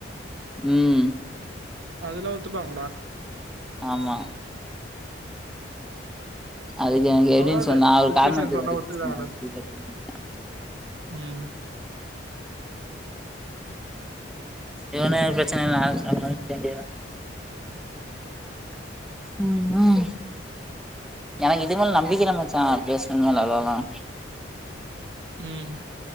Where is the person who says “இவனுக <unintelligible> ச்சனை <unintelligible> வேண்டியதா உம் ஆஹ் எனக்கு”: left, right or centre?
Centre